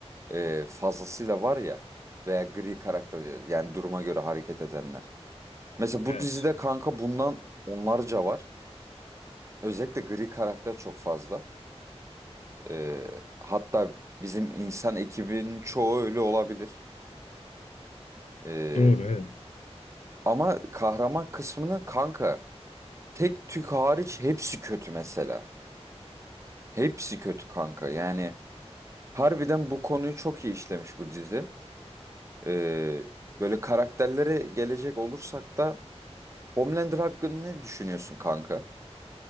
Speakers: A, on the right; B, on the left.
A: e, fazlasıyla var ya veya gri karakter yani duruma göre hareket edenler. Mesela bu
B: Evet.
A: dizide kanka bundan onlarca var. Özellikle gri karakter çok fazla. E, hatta bizim insan ekibinin çoğu öyle olabilir. E,
B: Doğru evet.
A: ama kahraman kısmını kanka tek tük hariç hepsi kötü mesela. Hepsi kötü kanka yani harbiden bu konuyu çok iyi işlemiş bu dizi. E, böyle karakterlere gelecek olursak da Homelander hakkında ne düşünüyorsun kanka?